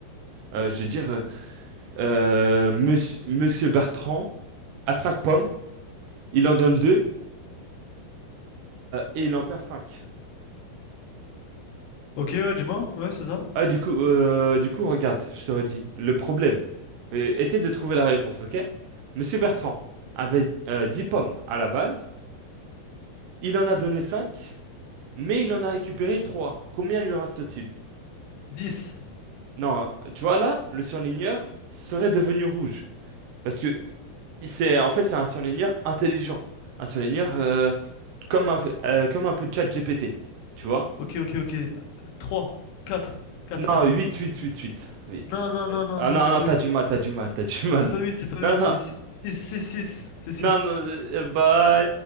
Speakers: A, on the right; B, on the left.
A: Euh, je vais dire... euh, Euh, monsieur, monsieur Bertrand a 5 pommes, il en donne 2 et il en perd 5.
B: Ok, ouais, dis-moi. Ouais, c'est ça.
A: Ah, du coup, euh, du coup, regarde, je te redis, le problème. Euh, essaie de trouver la réponse, ok? Monsieur Bertrand avait euh, 10 pommes à la base, il en a donné 5, mais il en a récupéré 3. Combien lui reste-t-il?
B: dix
A: Non, tu vois là, le surligneur serait devenu rouge. Parce que c'est en fait c'est un surligneur intelligent. Un surligneur euh, comme un, euh, comme un peu de chat GPT. Tu vois?
B: Ok, ok, ok. trois quatre quatre
A: Non,
B: quatre
A: 8 8 8 8 huit
B: Non, non, non, non,
A: Ah
B: non,
A: non,
B: c'est
A: non,
B: pas
A: t'as
B: huit
A: du mal, t'as du mal, t'as du mal.
B: C'est pas huit c'est pas huit
A: Non, non,
B: c'est 6, c'est six c'est six
A: non, non, euh, bah...